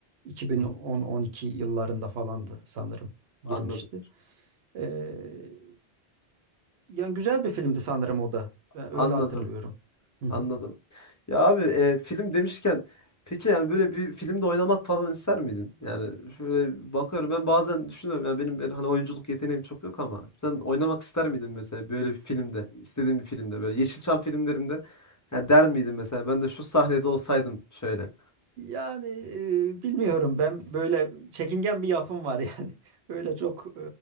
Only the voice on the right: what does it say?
2010-12
yıllarında falandı sanırım
girmişti. Ee, yani güzel bir filmdi sanırım o da. Ben
öyle hatırlıyorum. Hı hı.
Yani e, bilmiyorum ben böyle çekingen bir yapım var yani. <laughs> Öyle çok